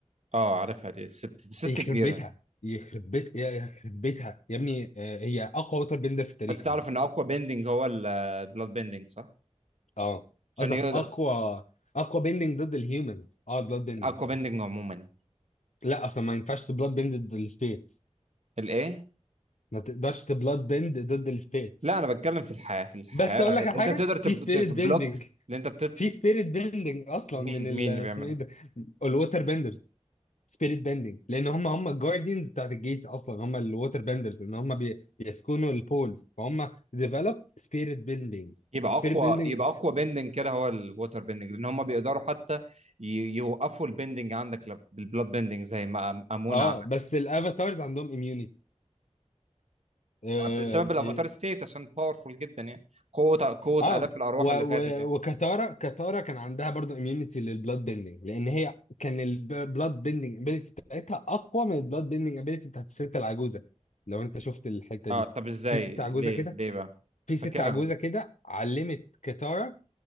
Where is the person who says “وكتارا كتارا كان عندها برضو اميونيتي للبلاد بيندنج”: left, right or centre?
Left